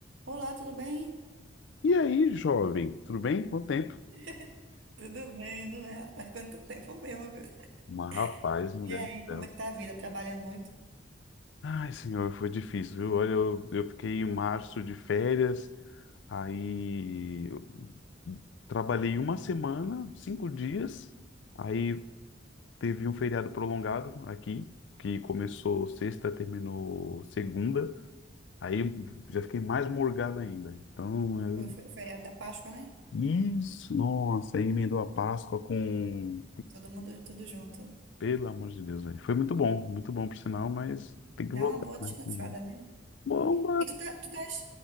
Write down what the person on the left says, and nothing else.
E aí, jovem, tudo bem? Quanto tempo?
Mas, rapaz, mulher
do céu.
Ai, senhor, foi difícil, viu? Olha, eu, eu fiquei em março de férias, aí eu trabalhei uma semana, cinco dias, aí teve um feriado prolongado aqui, que começou sexta, terminou segunda, aí já fiquei mais morgado ainda. Então, eu...
Isso. Nossa, aí emendou a Páscoa com
Pelo amor de Deus, velho. Foi muito bom, muito bom por sinal, mas tem
que voltar,
né? Uhum.
Bom,